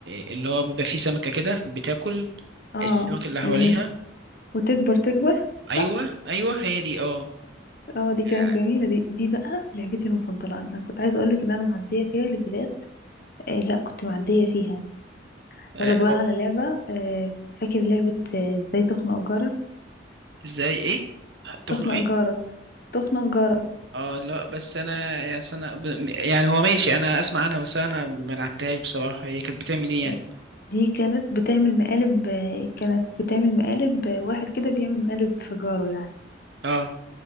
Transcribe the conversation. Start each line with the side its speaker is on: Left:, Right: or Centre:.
Right: اللي هو بيبقى فيه سمكه كده بتاكل
Left: اه
Right: السمك اللي حواليها
Left: ليه وتكبر تكبر صح
Right: ايوه ايوه هي دي اه
Left: اه دي كانت
Right: آه،
Left: جميلة دي دي بقى لعبتي المفضلة انا كنت عايزة اقولك ان انا معدية فيها ليفلات آه لا كنت معدية فيها
Right: آه،
Left: اقولك بقى
Right: أو
Left: على لعبة آه فاكر لعبة آه، ازاي تخنق جارك
Right: ازاي ايه تخنق
Left: تخنق
Right: ايه
Left: جارك تخنق جارك
Right: اه لا بس انا يا سنة ب- يعني هو ماشي انا اسمع عنها بس انا ما لعبتهاش بصراحه هي كانت بتعمل ايه يعني
Left: آه دي كانت بتعمل مقالب آه كانت بتعمل مقالب آه واحد كده بيعمل مقالب في جاره يعني
Right: اه